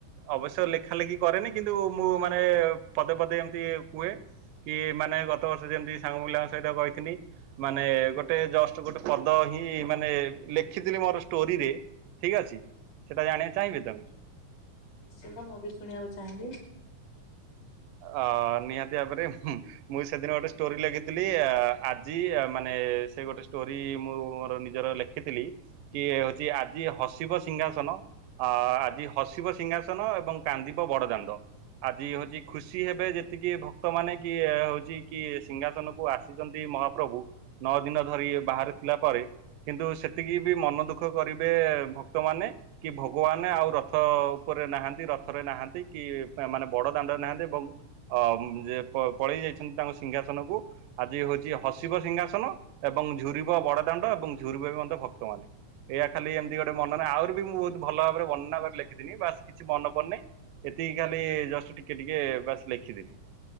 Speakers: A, on the right (about 85°); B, on the left (about 55°).
A: ଅବଶ୍ୟ ଲେଖା ଲେଖି କରେନି କିନ୍ତୁ ମୁଁ ମାନେ ପଦେ ପଦେ ଏମିତି କୁହେ କି ମାନେ ଗତ ବର୍ଷ ଯେମତି ସାଙ୍ଗପିଲାଙ୍କ ସହିତ କହିଥିଲି। ମାନେ ଗୋଟେ ଜଷ୍ଟ ଗୋଟେ ପଦ ହିଁ ମାନେ ଲେଖିଥିଲି ମୋର ଷ୍ଟୋରିରେ ଠିକ ଅଛି ସେଟା ଜାଣିବା ଚାହିଁବେ ତ
B: ନିଶ୍ଚିନ୍ତ ମୁଁ ବି ଶୁଣିବାକୁ ଚାହିଁବି
A: ଅ ନିହାତି ଭାବରେ ହୁଁ ମୁଁ ସେଦିନ ଗୋଟେ ଷ୍ଟୋରି ଲେଖିଥିଲି ଆଜି ଆ ମାନେ ସେ ଗୋଟେ ଷ୍ଟୋରି ମୁଁ ମୋର ନିଜର ଲେଖି ଦେଖିଥିଲି କି ହଉଛି ଆଜି ହସିବ ସିଂହାସନ ଅ ଆଜି ହସିବ ସିଂହାସନ ଏବଂ କାନ୍ଦିବ ବଡ ଦାଣ୍ଡ ଆଜି ହଉଛି ଖୁସି ହେବେ ଯେତିକି ଭକ୍ତ ମାନେ କି ହଉଛି କି ସିଂହାସନ କୁ ଆସିଛନ୍ତି ମହାପ୍ରଭୁ ନଅ ଦିନ ଧରି ବାହାରେ ଥିଲା ପରେ କିନ୍ତୁ ସେତିକି ବି ମନ ଦୁଃଖ କରିବେ ଭକ୍ତମାନେ କି ଭଗବାନ ଆଉ ରଥ ଉପରେ ନାହାନ୍ତି ରଥରେ ନାହାନ୍ତି କି ମାନେ ବଡ ଦାଣ୍ଡରେ ନାହାନ୍ତି। ଏବଂ ଅ ଯେ ପ ପଳେଇ ଯାଇଛନ୍ତି ତାଙ୍କ ସିଂହାସ ନ କୁ ଆଜି ହଉଛି ହସିବ ସିଂହାସନ। ଏବଂ ଝୁୁରିବ ବଡ ଦାଣ୍ଡ ଏବଂ ଝୁରିବ ବି ମଧ୍ୟ ଭକ୍ତମାନେ। ଏୟଆ ଖାଲି ଏମିତି ଗୋଟେ ମନ ନାହିଁ ଆହୁରି ବି ମୁଁ ବହୁତ ଭଲ ଭାବ ବର୍ଣ୍ନାରେେିଥଥିଲି ବାସ୍ କିଛି ମନ ପଡି ନହ୍ନି। ଏତିକି ଖାଲି ଜଷ୍ଟ ଟିକେ ଟିକେ ବାସ ଲେଖିଦେଲି।